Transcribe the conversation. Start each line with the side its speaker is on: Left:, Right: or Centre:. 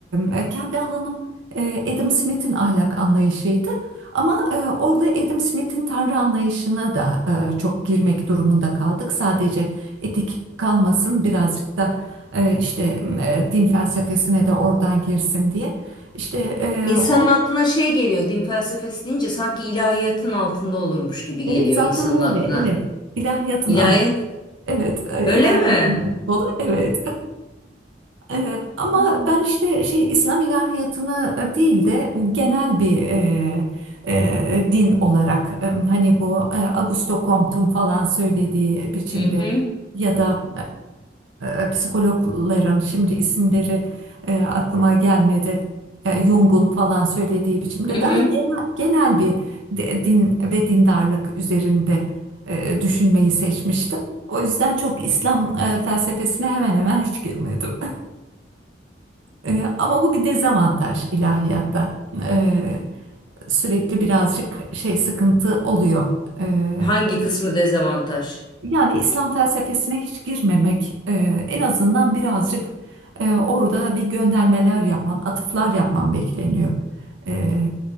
Right: E, kendi alanım e, Adam Smith'in ahlak anlayışıydı. Ama e, orada Adam Smith'in tanrı anlayışına da e, çok girmek durumunda kaldık. Sadece etik kalmasın, birazcık da e, işte e, din felsefesine de oradan girsin diye. İşte e,
Left: İnsanın
Right: o
Left: aklına şey geliyor, din felsefesi deyince sanki ilahiyatın altında olurmuş gibi
Right: evet
Left: geliyor
Right: zaten
Left: insanın
Right: öyle.
Left: aklına.
Right: Evet. ilahiyatın
Left: İlahiyat
Right: altı. Evet, e,
Left: öyle
Right: ilahiyatın
Left: mi?
Right: altı dolu. Evet. Ee, ama
Left: Hmm.
Right: ben işte şey İslam ilahiyatını e, değil de genel bir e, e, din olarak e, hani bu e, Augusto Comte'un falan söylediği biçimde
Left: Hı hı.
Right: ya da e, psikologların şimdi isimleri e, aklıma gelmedi. E, Jung'un falan söylediği biçimde
Left: Hı hı.
Right: daha genel, genel bir de- din ve dindarlık üzerinde e, düşünmeyi seçmiştim. O yüzden çok İslam e, felsefesine hemen hemen hiç girmedim. Ee, ama bu bir dezavantaj ilahiyatta. Ee, sürekli birazcık şey sıkıntı oluyor. Ee,
Left: Hangi kısmı dezavantaj?
Right: yani İslam felsefesine hiç girmemek, e, en azından birazcık e, orada bir göndermeler yapman, atıflar yapman bekleniyor. Ee,